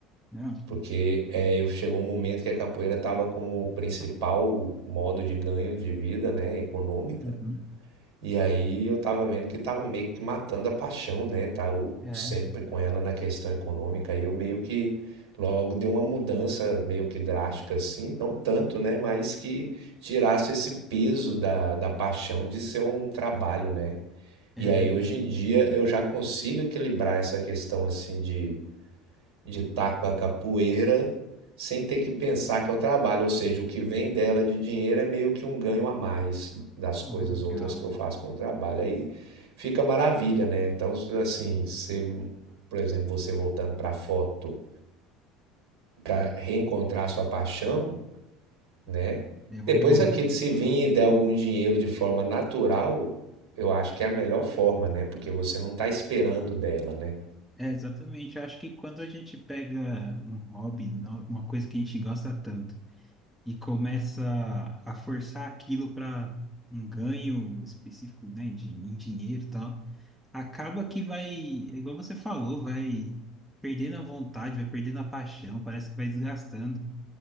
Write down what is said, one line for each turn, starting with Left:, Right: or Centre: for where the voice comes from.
Centre: Não?
Right: Porque é, eu chegou um momento que a capoeira estava como principal modo de ganho de vida, né, econômica.
Centre: Uhum.
Right: E aí eu tava vendo que tava meio que matando a paixão, né? Tá o-
Centre: É,
Right: sempre com ela na questão econômica. E eu meio que logo dei uma mudança meio que drástica assim, não tanto, né? Mas que tirasse esse peso da, da paixão de ser um trabalho, né?
Centre: é
Right: E aí
Centre: verdade.
Right: hoje em dia eu já consigo equilibrar essa questão assim de de estar com a capoeira sem ter que pensar que é um trabalho, ou seja, o que vem dela de dinheiro é meio que um ganho a mais das
Centre: Pô,
Right: coisas
Centre: legal.
Right: outras que eu faço como trabalho. Aí fica maravilha, né? Então, assim, se, por exemplo, você voltando para a foto para reencontrar a sua paixão, né?
Centre: É uma
Right: Depois
Centre: boa.
Right: aquilo se vir e der algum dinheiro de forma natural, eu acho que é a melhor forma, né? Porque você não está esperando dela, né?
Centre: É, exatamente. Eu acho que quando a gente pega um hobby, no- uma coisa que a gente gosta tanto, e começa a forçar aquilo para um ganho específico, né, de, em dinheiro e tal, acaba que vai, é igual você falou, vai perdendo a vontade, vai perdendo a paixão, parece que vai desgastando.